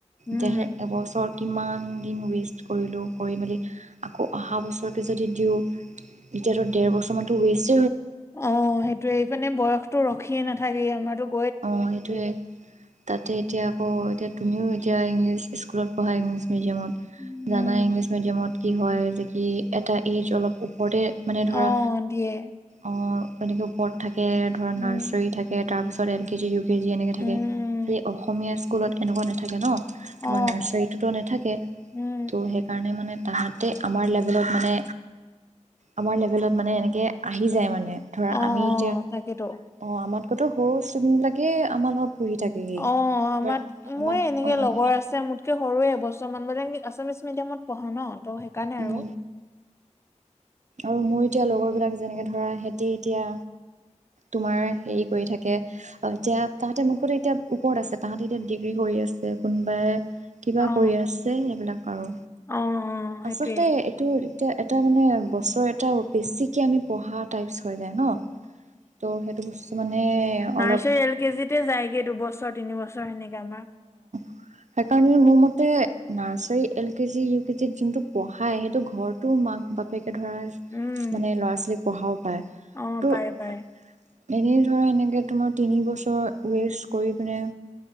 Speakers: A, on the left (about 20°); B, on the right (about 70°).
A: উম।
B: যে এবছৰ কিমান দিন ৱেষ্ট কৰিলো কৰি মেলি আকৌ অহা বছৰত যদি দিওঁ তেতিয়াটো ডেৰ বছৰ টো ৱেষ্ট
A: অঁ সেইটোৱে এইপিনে বয়স ৰৈয়ে নাথাকেই আমাৰো
B: অঁ সেইটোৱে তাতে এতিয়া আকৌ এতিয়া তুমিও এতিয়া ইংলিছ স্কুলত পঢ়াই মিডিয়ামত
A: উম
B: জানা ইংলিছ মিডিয়ামত কি হয় যে কি এটা এই এইজ অলপ ওপৰতে মানে ধৰা
A: অ দিয়ে।
B: অঁ এনেকৈ ওপৰত থাকে তাকে ধৰা
A: উম
B: নাৰ্চাৰী থাকে তাৰ পাছত এল কে জি এনেকৈ থাকে
A: উম উম,
B: খালি অসমীয়া স্কুলত এনেকুৱা‌ নাথাকে ন তোমাৰ
A: অ
B: নাৰ্চাৰীটোতো নাথাকে
A: উম
B: ত সেইকাৰণে মানে তাহাঁতে আমাৰ লেভেলত মানে আমাৰ লেভেলত মানে এনেকৈ আহি যায় মানে ধৰা
A: অঁ
B: আমি
A: অঁ
B: এতিয়া
A: তাকেতো
B: অঁ আমাৰ কৈ সৰু ইছতুদেনট বিলাগে আমাৰ লগত পঢ়ি থাকেহি
A: অঁ আমাৰ
B: ধৰা আমাৰ
A: মোৰ এনেকৈ
B: অঁ
A: লগৰ আছে মোৰকৈ সৰুৱে এবছৰ মান বোলে আছামিছ মিডিয়ামত পঢ়া ন ত' সেইকাৰণে আৰু
B: উম, আৰু মোৰ এতিয়া লগৰ বিলাক যেনেকৈ ধৰা সিহঁতি এতিয়া তোমাৰ হেৰি কৰি থাকে এতিয়া তাহাঁতে মোৰ কতো এতিয়া ওপৰত আছে তাহাঁতে এতিয়া ডিগ্ৰী কৰি আছে কোনোবাই কিবা
A: অ
B: কৰি আছে এইবিলাক আৰু
A: অ অ সেইটোয়ে
B: আচলতে এইটো এতিয়া এটা মানে বছৰ এটা বেছিকে আমি পঢ়া টাইপছ হয় যাই ন ত' সেইটো বস্তু মানে
A: নাৰ্ছাৰী
B: অলপ
A: এল কেজিতে যায়গে দুবছ- ক তিনিৱছ চৰ সেনেকে আমাৰ
B: সেই কাৰণে মোৰ মতে নাৰ্চাৰী, এল কেজি ইউ কেজিত যোনটো পঢ়াই সেইটো ঘৰতো মাক বাপেক ধৰাচ
A: উম
B: মানে ল'ৰা ছোৱালীক পঢ়াও পায় ত'
A: অ পাৰে পাৰে
B: <unintelligible> ধৰ এনেকে তোমাৰ তিনি বছ চ ৱেষ্ট কৰি পিনে